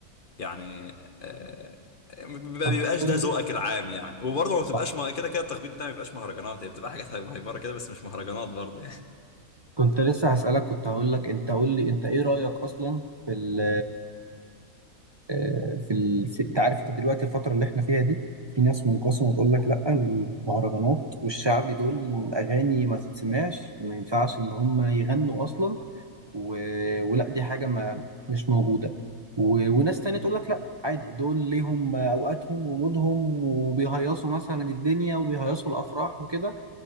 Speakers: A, on the left; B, on the right.
A: يعني آه، آه، ما
B: طب
A: بيبقاش
B: قول
A: ده ذوقك
B: لي
A: العام يعني وبرضه ما بتبقاش
B: صح
A: ما كده كده التخبيط بتاعي ما بيبقاش مهرجانات هي بتبقى حاجات مهيبره كده بس مش مهرجانات برضه يعني
B: كنت لسه هسألك كنت هقول لك انت قول لي انت ايه رأيك اصلا في ال آه، في ال... في... انت عارف انت دلوقتي الفترة اللي احنا فيها دي في ناس منقسمة تقول لك لا المهرجانات والشعبي دول أغاني ما تتسمعش ما ينفعش إن هم يغنوا أصلا و... ولا دي حاجة ما مش موجودة و... وناس تانية تقول لك لا عادي دول ليهم أوقاتهم ومودهم وبيهيصوا مثلا الدنيا وبيهيصوا الأفراح وكده